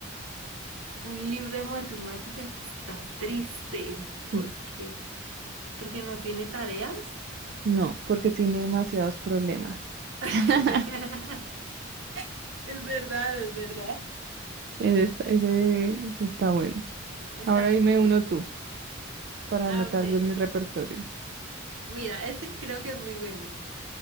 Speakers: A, on the right; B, on the right.
A: un libro de matemáticas está triste. ¿Por
B: Sí.
A: qué? ¿Porque no tiene tareas?
B: No, porque tiene demasiados problemas.
A: <laughs>
B: <laughs>
A: Es verdad, es verdad.
B: Ese está, ese está bueno.
A: Está
B: Ahora
A: muy
B: dime
A: bueno,
B: uno tú,
A: sí.
B: para anotarlo
A: A ver,
B: en mi repertorio.
A: mira, este creo que es muy bueno.